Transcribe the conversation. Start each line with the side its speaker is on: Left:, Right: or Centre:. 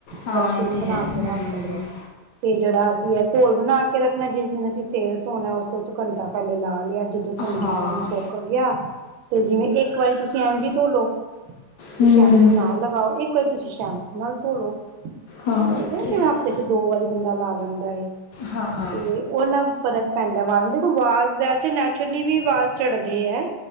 Left: ਹਾਂ
Right: ਅਗਰ ਅਸੀਂ
Left: ਇਹ
Right: ਉਹਨੂੰ
Left: ਤਾਂ
Right: ਬਣਾ
Left: ਹੈ
Right: ਕੇ
Left: ਹੂੰ
Right: ਰੱਖ ਲਿਆ, ਤੇ ਜਿਹੜਾ ਅਸੀਂ ਘੋਲ ਬਣਾ ਕੇ ਰੱਖਣਾ ਜਿਸ ਦਿਨ ਅਸੀਂ ਸਿਰ ਧੋਣਾ, ਉਸ ਤੋਂ ਘੰਟਾ ਪਹਿਲੇ ਲਾ ਲਿਆ ਜਦੋਂ ਚੰਗੀ
Left: ਹਾਂ
Right: ਤਰ੍ਹਾਂ ਸੌੱਕ ਗਿਆ, ਤੇ ਜਿਵੇਂ ਇੱਕ ਵਾਰੀ ਤੁਸੀਂ ਐਨ ਜੀ ਧੋਲੋ ਵੀ
Left: ਹੂੰ
Right: ਸ਼ੈਂਪੂ ਨਾ ਲਗਾਓ, ਇੱਕ ਵਾਰੀ ਤੁਸੀਂ ਸ਼ੈਂਪੂ ਨਾਲ ਧੋਲੋ। ਠੀਕ
Left: ਹਾਂ ਇਹ
Right: ਹੈ ਨਾ,
Left: ਤਾਂ
Right: ਜਿਵੇਂ ਹਫ਼ਤੇ 'ਚ ਦੋ ਵਾਰੀ ਬੰਦਾ ਲਾ ਲੈਂਦਾ ਏ
Left: ਹਾਂ ਹਾਂ
Right: ਤੇ ਉਹ ਨਾਲ ਫ਼ਰਕ ਪੈਂਦਾ ਵਾਲ ਨੂੰ, ਦੇਖੋ ਵਾਲ ਵੈਸੇ ਨੈਚੁਰਲੀ ਵੀ ਵਾਲ ਝੜਦੇ ਹੈ।